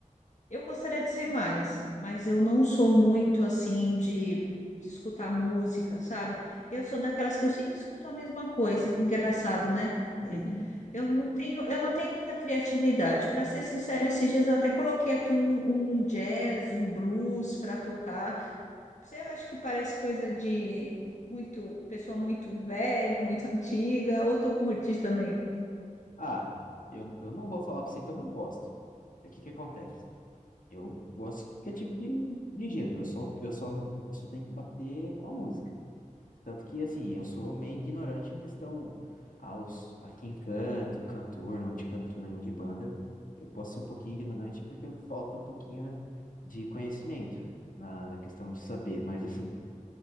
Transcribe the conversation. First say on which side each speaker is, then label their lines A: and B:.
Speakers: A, on the left (about 60°); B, on the left (about 75°).
A: Eu gostaria de ser mais, mas eu não sou muito assim de, de escutar música, sabe? Eu sou daquelas que eu sempre escuto a mesma coisa. Engraçado, né?
B: <laughs>
A: É, Eu não tenho, eu não tenho muita criatividade. Para ser sincera, esses dias eu até coloquei aqui um, um jazz, um blues para tocar. Você acha que parece coisa de muito pessoa muito velha, muito antiga, ou tu curte também?
B: Ah, eu, eu não vou falar pra você que eu não gosto. É o que que acontece? Eu gosto de qualquer tipo de, de gênero. Eu só, eu só, eu só tenho que bater com a música. Tanto que, assim, eu sou meio ignorante em questão aos, a quem canto, cantor, não de cantor, não de banda. Eu posso ser um pouquinho ignorante porque falta um pouquinho de conhecimento na, na questão de saber. Mas, assim,